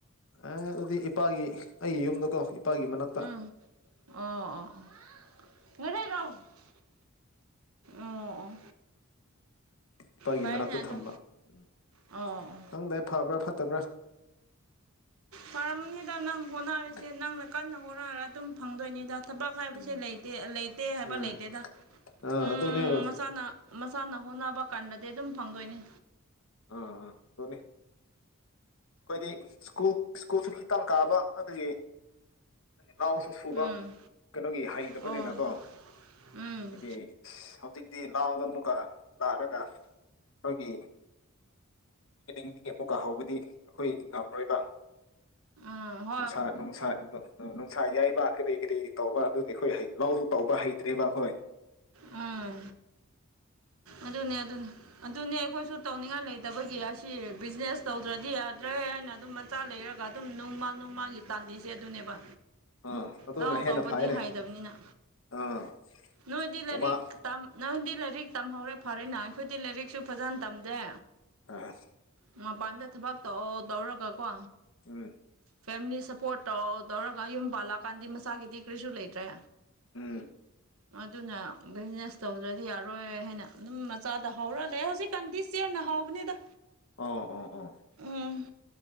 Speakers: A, on the left (about 65°); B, on the right (about 85°).
A: ꯑꯦ ꯑꯗꯨꯗꯤ ꯏꯄꯥꯒꯤ ꯑꯩꯒꯤ ꯌꯨꯝꯗꯀꯣ ꯏꯄꯥꯒꯤ ꯃꯅꯥꯛꯇ
B: ꯎꯝ ꯑꯣ ꯑꯣ ꯑꯣ <unintelligible> ꯑꯣ
A: ꯏꯄꯥꯒꯤ
B: ꯐꯩꯅꯦ
A: ꯃꯅꯥꯛꯇ
B: ꯑꯗꯨ
A: ꯊꯝꯕ ꯎꯝ
B: ꯑꯣ ꯑꯣ
A: ꯈꯪꯗ꯭ꯔꯦ ꯐꯕ꯭ꯔꯥ ꯐꯠꯇꯕ꯭ꯔꯥ
B: ꯐꯔꯝꯅꯤꯗ ꯅꯪ ꯍꯣꯠꯅꯔꯤꯁꯦ
A: ꯎꯝ
B: ꯅꯪꯅ ꯀꯟꯅ ꯍꯣꯠꯅꯔ ꯑꯗꯨꯝ ꯐꯪꯗꯣꯏꯅꯤꯗ ꯊꯕꯛ ꯍꯥꯏꯕꯁꯦ
A: ꯎꯝ
B: ꯂꯩꯇꯦ ꯂꯩꯇꯦ ꯍꯥꯏꯕ
A: ꯑꯥ
B: ꯂꯩꯇꯦꯗ
A: ꯑꯥ
B: ꯎꯝ
A: ꯑꯗꯨꯅꯦ ꯑꯥ
B: ꯃꯁꯥꯅ ꯃꯁꯥꯟꯅ ꯍꯣꯠꯅꯕ ꯀꯥꯟꯔꯗꯤ ꯑꯗꯨꯝ ꯐꯪꯗꯣꯏꯅꯤ
A: ꯑꯥ ꯑꯥ ꯗꯨꯅꯤ ꯑꯩꯈꯣꯏꯗꯤ ꯁ꯭ꯀꯨꯜ ꯁ꯭ꯀꯨꯜꯁꯨ ꯈꯤꯇꯪ ꯀꯥꯕ ꯑꯗꯨꯒꯤ ꯏꯅꯥꯎꯁꯤꯡꯒꯤ ꯐꯨꯕ
B: ꯎꯝ
A: ꯀꯩꯅꯣꯒꯤ ꯍꯩꯇꯕꯅꯤꯅꯀꯣ
B: ꯑꯣ ꯎꯝ
A: ꯑꯩꯒꯤ ꯍꯧꯖꯤꯛꯇꯤ ꯂꯥꯎꯅ ꯑꯃꯨꯛꯀ ꯂꯥꯛꯑꯒ ꯑꯩꯈꯣꯏꯒꯤ <inaudible> ꯑꯃꯨꯛ ꯀꯥ ꯍꯧꯕꯗꯤ ꯑꯩꯈꯣꯏ ꯉꯝꯔꯣꯏꯕ
B: ꯑꯥ ꯍꯣ
A: ꯅꯨꯡꯁꯥ ꯅꯨꯡꯁꯥ <unintelligible> ꯅꯨꯡꯁꯥ ꯌꯥꯏꯕ ꯀꯔꯤ ꯀꯔꯤ ꯇꯧꯕ ꯑꯗꯨꯗꯤ ꯑꯩꯈꯣꯏ ꯍꯩ ꯂꯥꯎꯁꯨ ꯇꯧꯕ ꯍꯩꯇ꯭ꯔꯦꯕ ꯑꯩꯈꯣꯏ
B: ꯑꯥ ꯑꯗꯨꯅꯦ ꯑꯗꯨꯅꯦ ꯑꯗꯨꯅꯦ ꯑꯩꯈꯣꯏꯁꯨ ꯇꯧꯅꯤꯡꯉꯥꯏ ꯂꯩꯇꯕꯒꯤ ꯑꯁꯤ ꯕꯤꯖꯤꯅꯦꯁ ꯇꯧꯗ꯭ꯔꯗꯤ ꯌꯥꯗ꯭ꯔꯦ ꯍꯥꯏꯅ ꯑꯗꯨꯝ ꯃꯆꯥ ꯂꯩꯔꯒ ꯑꯗꯨꯝ ꯅꯣꯡꯃ ꯅꯣꯡꯃꯒꯤ ꯇꯥꯜꯂꯤꯁꯦ ꯑꯗꯨꯅꯦꯕ
A: ꯑꯥ ꯑꯗꯨꯅ
B: ꯂꯧ
A: ꯍꯦꯟꯅ
B: ꯇꯧꯕꯗꯤ
A: ꯐꯩꯅꯦ
B: ꯍꯩꯗꯕꯅꯤꯅ
A: ꯑꯥ
B: ꯅꯣꯏ ꯂꯥꯏꯔꯤꯛ
A: ꯍꯨꯃꯥꯡ
B: ꯇꯝ ꯅꯪꯗꯤ ꯂꯥꯏꯔꯤꯛ ꯇꯝꯍꯧꯔꯦ ꯐꯔꯦꯅ ꯑꯩꯈꯣꯏꯗꯤ ꯂꯥꯏꯔꯤꯛꯁꯨ ꯐꯖꯅ ꯇꯝꯖꯦ
A: ꯑꯥ
B: ꯃꯄꯥꯟꯗ ꯊꯕꯛ ꯇꯧ ꯇꯧꯔꯒꯀꯣ
A: ꯎꯝ
B: ꯐꯦꯃꯤꯂꯤ ꯁꯞꯄꯣꯔꯠ ꯇꯧ ꯇꯧꯔꯒ ꯌꯨꯝ ꯄꯥꯜꯂꯛꯑꯀꯥꯟꯗꯤ ꯃꯁꯥꯒꯤꯗꯤ ꯀꯔꯤꯁꯨ ꯂꯩꯇ꯭ꯔꯦ
A: ꯎꯝ
B: ꯑꯗꯨꯅ ꯕꯤꯖꯤꯅꯦꯁ ꯇꯧꯗ꯭ꯔꯗꯤ ꯌꯥꯔꯣꯏ ꯍꯥꯏꯅ ꯑꯗꯨꯝ ꯃꯆꯥꯗ ꯍꯧꯔꯥ ꯂꯩ ꯍꯧꯖꯤꯛꯀꯥꯟꯗꯤ ꯆꯦꯡꯅ ꯍꯥꯎꯕꯅꯤꯗ
A: ꯑꯣ ꯑꯣ ꯑꯣ
B: ꯎꯝ